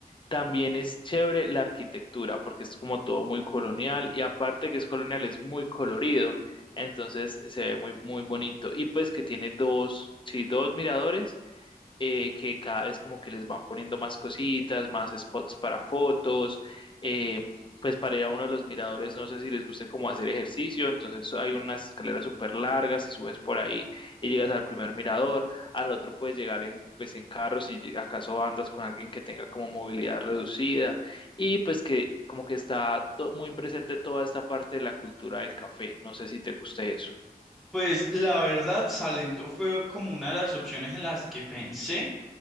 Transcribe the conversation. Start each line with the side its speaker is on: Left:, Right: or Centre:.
Left: También es chévere la arquitectura, porque es como todo muy colonial, y aparte que es colonial, es muy colorido, entonces se ve muy, muy bonito, y pues que tiene dos, sí, dos miradores eh, que cada vez como que les van poniendo más cositas, más spots para fotos, eh, pues para ir a uno de los miradores, no sé si les guste como hacer ejercicio, entonces hay unas escaleras súper largas y subes por ahí y llegas al primer mirador, al otro puedes llegar en, pues en carro si lleg- acaso andas con alguien que tenga como movilidad reducida y pues que como que está to- muy presente toda esta parte de la cultura del café, no sé si te guste eso.
Centre: Pues la verdad, Salento fue como una de las opciones en las que pensé.